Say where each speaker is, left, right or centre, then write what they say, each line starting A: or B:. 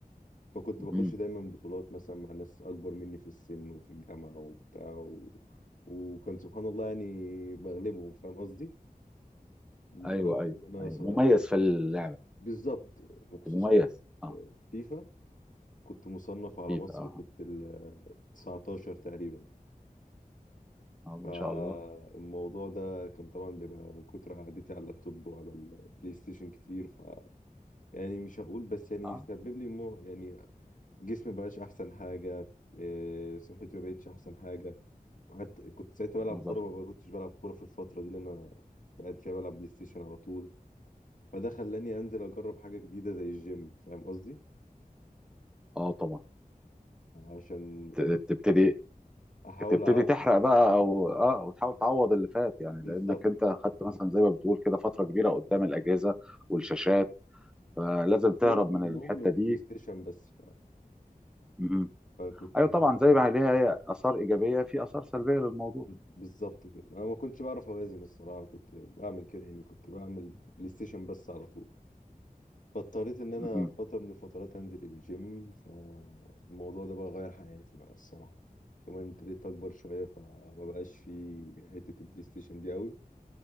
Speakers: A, on the left (about 60°); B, in the centre.
A: فكنت
B: مهم.
A: بخش دايما بطولات مثلا مع ناس أكبر مني في السن وفي الجامعة وبتاع و... وكان سبحان الله يعني بغلبهم فاهم قصدي لدرجة
B: ايوه ايوه
A: إن أنا
B: ايوه
A: ص-
B: مميز
A: يعني
B: في اللعبه
A: بالظبط وخصوصا
B: كنت مميز اه
A: فيفا كنت مصنف على
B: فيفا
A: مصر
B: اه
A: كنت 19 تقريبا
B: اه آه، ما
A: فالموضوع
B: شاء الله
A: ده كان طبعا بيبقى من كتر قعدتي على اللابتوب وعلى البلاي ستيشن كتير ف يعني مش هقول بس يعني
B: اه
A: سبب لي مو يعني جسمي مبقاش احسن حاجه إيه، صحتي ما بقتش احسن حاجه وحتى كنت ساعتها
B: النظر
A: بلعب كوره ما كنتش بلعب كوره في الفتره دي اللي انا قاعد فيها بلعب بلاي ستيشن على طول فده خلاني انزل اجرب حاجه جديده زي الجيم فاهم قصدي
B: اه طبعا
A: عشان
B: ت- تبتدي
A: احاول
B: تبتدي
A: اعوض
B: تحرق بقى او اه وتحاول تعوض اللي فات يعني
A: بالظبط
B: لانك انت خدت مثلا زي ما بتقول كده فتره كبيره قدام الاجهزه والشاشات
A: بالظبط.
B: فلازم
A: اكل وشرب
B: تهرب
A: ونوم
B: من الحته
A: وبلاي
B: دي
A: ستيشن بس
B: مهم.
A: فكنت
B: ايوه
A: عايز
B: طبعا زي ما ليها هي اثار ايجابيه في اثار سلبيه للموضوع
A: ب- بالظبط كده انا ما كنتش بعرف اوازن الصراحه كنت بعمل كده يعني كنت بعمل بلاي ستيشن بس على طول فاضطريت ان انا
B: مهم.
A: في فتره من الفترات انزل الجيم فالموضوع ده بقى غير حياتي بقى الصراحه كمان ابتديت اكبر شويه فما بقاش في حته البلاي ستيشن دي قوي